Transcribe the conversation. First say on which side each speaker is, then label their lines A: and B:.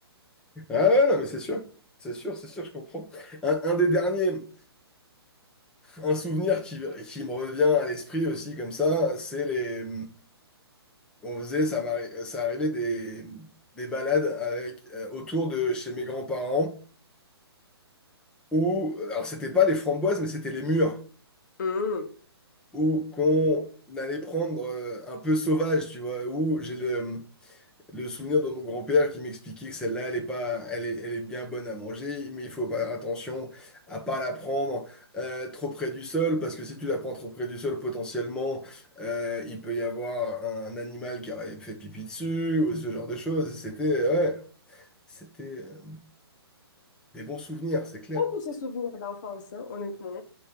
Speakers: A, in the centre; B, on the left (about 45°).
A: Ah ouais, ouais, non, mais c'est sûr. C'est sûr, c'est sûr, je comprends. Un, un des derniers, un souvenir qui, qui me revient à l'esprit aussi, comme ça, c'est les. On faisait, ça m'arri- ça arrivait des, des balades avec, euh, autour de chez mes grands-parents. où, alors c'était pas les framboises, mais c'était les mûres,
B: Hum.
A: où qu'on allait prendre euh, un peu sauvage, tu vois, où j'ai le, le souvenir de mon grand-père qui m'expliquait que celle-là, elle est pas, elle est, elle est bien bonne à manger, mais il faut faire attention à pas la prendre euh, trop près du sol, parce que si tu la prends trop près du sol, potentiellement, euh, il peut y avoir un animal qui aurait fait pipi dessus, ou ce genre de choses, Et c'était, ouais, c'était euh, des bons souvenirs, c'est clair.
B: Oh, tous ces souvenirs d'enfance, hein, honnêtement.